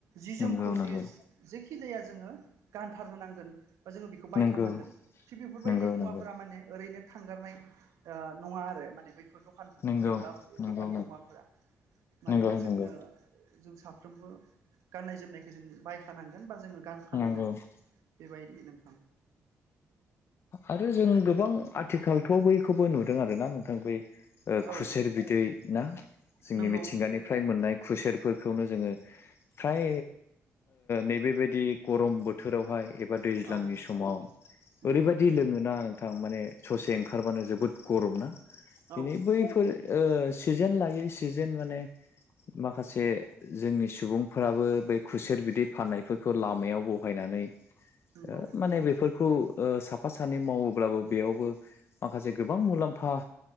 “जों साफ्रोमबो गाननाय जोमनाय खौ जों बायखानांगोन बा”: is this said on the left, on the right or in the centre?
Right